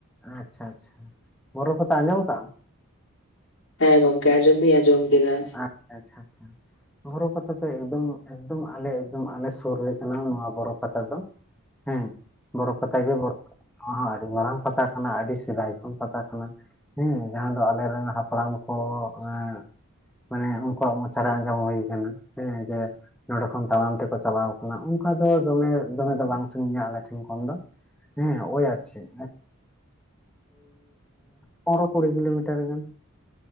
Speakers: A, in the centre; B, on the left (about 60°).
A: ᱟᱪᱪᱷᱟ ᱟᱪᱪᱷᱟ ᱵᱚᱨᱚ ᱯᱟᱛᱟ ᱟᱸᱡᱚᱢ ᱠᱟᱜᱼᱟᱢ
B: ᱦᱮᱸ ᱜᱚᱢᱠᱮ ᱟᱸᱡᱚᱢᱫᱩᱧ ᱟᱸᱡᱚᱢ ᱠᱮᱫᱟ
A: ᱟᱪᱪᱷᱟ ᱟᱪᱷᱟ ᱟᱪᱷᱟ ᱵᱚᱨᱚ ᱯᱟᱛᱟ ᱫᱚ ᱮᱠᱫᱚᱢ ᱮᱠᱫᱚᱢ ᱟᱞᱮ ᱟᱞᱮ ᱥᱩᱨ ᱨᱮ ᱠᱟᱱᱟ ᱱᱚᱣᱟ ᱵᱚᱨᱚ ᱯᱟᱛᱟ ᱫᱚ ᱦᱮᱸ ᱵᱚᱨᱚ ᱯᱟᱛᱟ ᱜᱮ ᱵᱚᱨᱚ ᱱᱚᱣᱟ ᱦᱚᱸ ᱟᱹᱰᱤ ᱢᱟᱨᱟᱝ ᱯᱟᱛᱟ ᱠᱟᱱᱟ ᱟᱹᱰᱤ ᱥᱤᱫᱟᱭ ᱠᱷᱚᱱ ᱯᱟᱛᱟ ᱠᱟᱱᱟ ᱦᱮᱸ ᱡᱟᱦᱟᱸ ᱫᱚ ᱟᱞᱮᱨᱮᱱ ᱦᱟᱯᱲᱟᱢ ᱠᱚ ᱮ ᱢᱟᱱᱮ ᱩᱱᱠᱩᱣᱟᱜ ᱢᱚᱪᱟ ᱨᱮ ᱟᱸᱡᱚᱢ ᱦᱩᱭ ᱠᱟᱱᱟ ᱦᱮᱸ ᱡᱮ ᱱᱚᱸᱰᱮ ᱠᱷᱚᱱ ᱛᱟᱲᱟᱢ ᱛᱮᱠᱚ ᱪᱟᱞᱟᱣᱟ ᱠᱟᱱᱟ ᱚᱱᱠᱟ ᱫᱚ ᱫᱚᱢᱮ ᱫᱚᱢᱮ ᱫᱚ ᱵᱟᱝ ᱥᱟᱹᱜᱤᱧᱟ ᱟᱞᱮ ᱴᱷᱮᱱ ᱠᱷᱚᱱ ᱫᱚ ᱦᱮᱸ ᱳᱭ ᱟᱨ ᱪᱮᱫ ᱯᱚᱱᱨᱚ ᱠᱩᱲᱤ ᱠᱤᱞᱳᱢᱤᱴᱟᱨ ᱜᱟᱱ